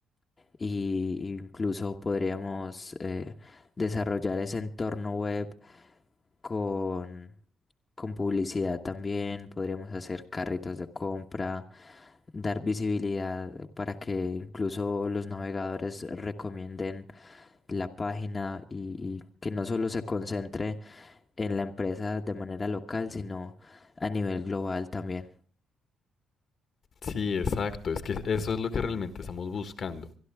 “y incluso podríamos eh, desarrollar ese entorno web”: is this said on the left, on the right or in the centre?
Left